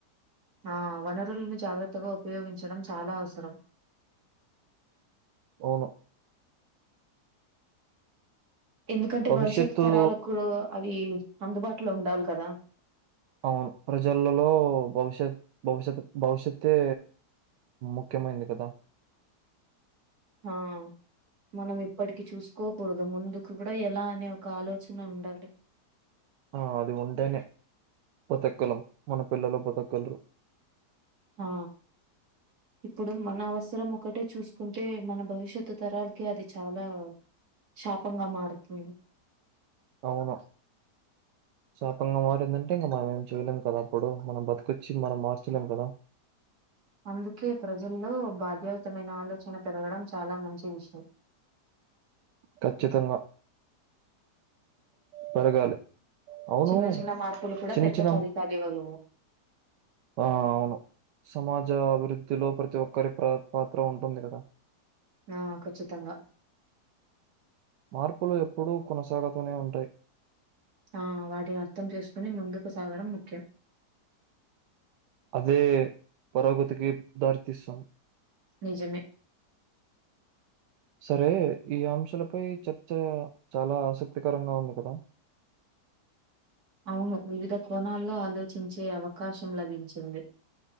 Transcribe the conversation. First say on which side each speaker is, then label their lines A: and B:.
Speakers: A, on the right; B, on the right.
A: ఆ వనరులను జాగ్రత్తగా ఉపయోగించడం చాలా అవసరం
B: అవును
A: ఎందుకంటే
B: భవిష్యత్తు
A: భవిష్యత్ తరాలకు అవి అందుబాటులో ఉండాలి కదా
B: అవును ప్రజలలో భవిష్యత్ భవిష్యత్ భవిష్యతే ముఖ్యమైంది కదా
A: హా మనం ఇప్పటికి చూసుకోకూడదు ముందుకు కూడా ఎలా అనే ఒక ఆలోచన ఉండాలి
B: ఆ అది ఉంటేనే బతగలం మన పిల్లలు బతగలరు
A: ఆ ఇప్పుడు మన అవసరం ఒకటే చూసుకుంటే మన భవిష్యత్ తరాలకి అది చాలా శాపంగా మారుతుంది
B: అవును శాపంగా మారిందంటే ఇంకా మనం ఏం చేయలేం కదా అప్పుడు మనం బతుకొచ్చి మనం మార్చలేం కద
A: అందుకే ప్రజల్లో బాధ్యాయుతమైన ఆలోచన పెరగడం చాలా మంచి విషయ్
B: ఖచ్చితంగా పెరగాలి అవును.
A: చిన్న చిన్న మార్పులు కూడా
B: చిన్న
A: పెద్ద
B: చిన్న
A: ఫలితాలీవరు
B: ఆ అవును సమాజ అభివృద్ధిలో ప్రతి ఒక్కరి ప్ర పాత్ర ఉంటుంది కదా
A: ఆ ఖచ్చితంగా
B: మార్పులు ఎప్పుడూ కొనసాగుతూనే ఉంటయి
A: ఆ వాటిని అర్థం చేసుకుని ముందుకు సాగడం ముఖ్యం
B: అదే పురోగతికి దారితీస్తాం
A: నిజమే
B: సరే ఈ అంశాలపై చర్చ చాలా ఆసక్తికరంగా ఉంది కదా
A: అవును వివిధ కోణాల్లో ఆలోచించే అవకాశం లభించింది